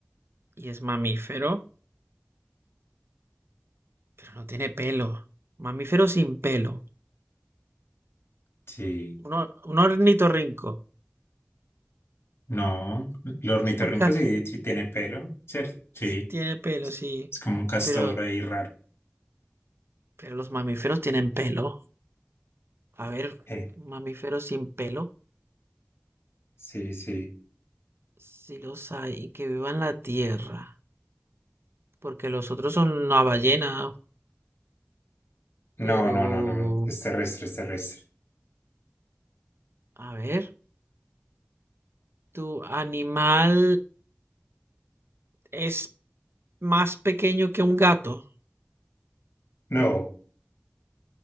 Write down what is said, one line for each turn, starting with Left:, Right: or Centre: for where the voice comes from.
Right: y es mamífero, pero no tiene pelo. Mamífero sin pelo.
Left: Sí.
Right: Un, or- un ornitorrinco.
Left: No, el ornitorrinco
Right: <laughs>
Left: sí, sí tiene pelo, ¿cierto? Sí,
Right: Sí Tiene pelo, sí.
Left: es como un castor
Right: Pero,
Left: ahí raro.
Right: pero los mamíferos tienen pelo. A ver,
Left: Eh,
Right: mamíferos sin pelo.
Left: sí, sí.
Right: Sí los hay y que vivan la tierra. Porque los otros son una ballena. Pero,
Left: No, no, no, no, no, es terrestre, es terrestre.
Right: a ver. ¿Tu animal es más pequeño que un gato?
Left: No,